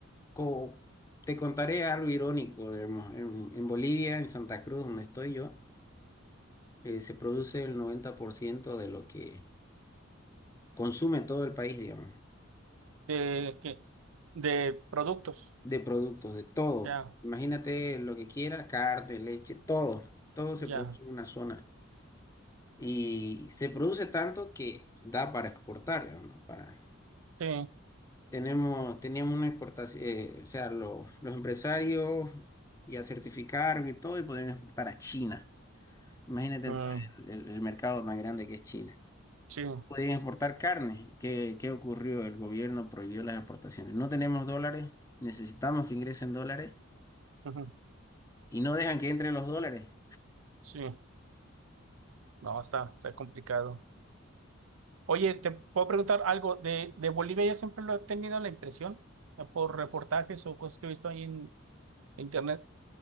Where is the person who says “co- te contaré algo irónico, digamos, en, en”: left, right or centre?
Left